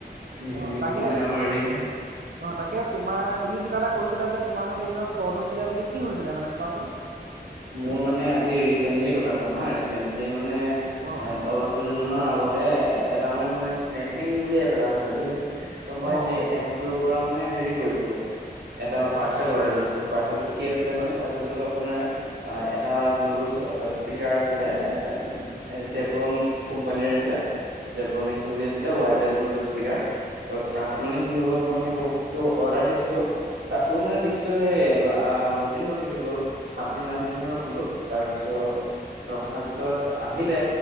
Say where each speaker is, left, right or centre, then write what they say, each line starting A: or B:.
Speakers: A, on the right; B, on the right.
A: সেইখিনি
B: অ তাকে
A: সুবিধা কৰি দিছে
B: অ তাকে তোমাৰ তুমি কিবা এটা কৈছ তোমাৰতে কিবা ফ্ৰ হৈছিলে বুলি কি হৈছিলে মানে কোৱাচোন।
A: মোৰ মানে আজি ৰিচেন্টলি কথা কম হা চলি মানে
B: অ অ।
A: অলপ দুৰি মানৰ। লগতে এটা মানে মই স্নেপমিন বুলিপ এ ঠিক আছে ত মই
B: অ
A: সেই
B: অ অ
A: এপটোৰ পৰা মানে হেৰি কৰিছিল ম এটা পাৰ্চেল
B: অ
A: অৰ্ডাৰ দিছিলো পাৰ্চেলটোত কি আছিলে
B: হয়
A: মানে
B: হয়
A: পাৰ্চেলটোত আপোনাৰ এটা ব্লুটুথ স্পীকাৰ আছিলে এ জেব্ৰনিক্স কোম্পানিৰ আছিলে জেব্ৰনিক্স বুলি আছিলে ৱায়াৰলেছ ব্লুটুথ স্পীকাৰ ত তাত মানে কি হৈ গ'ল মই সেই বস্তুটো অৰ্ডাৰ দিছিলো তাতো মানে দিছিলো সেই বহুত দিন ৰখিছিলো সাতিন। তাৰ পিছত ৰখাৰ পিছত আহিলে